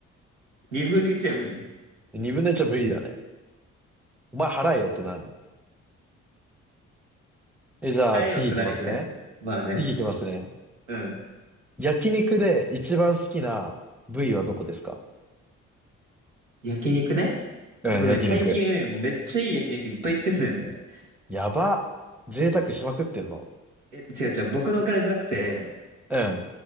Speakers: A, on the right; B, in the centre.
A: 二分の一は無理。
B: 2分の1は無理だね。お前払えよってなるね。え、じゃあ、
A: 変えようってなるよね。
B: 次行きますね。
A: まあね。
B: 次行きますね。
A: うん。
B: 焼肉で一番好きな部位はどこですか
A: 焼肉ね。
B: うん、
A: 僕ね、
B: 焼肉。
A: 最近ね、もうめっちゃいい焼肉いっぱい行ってんだよね。
B: やば。贅沢しまくってんの。
A: え、違う違う、僕のお金じゃなくて、
B: うん。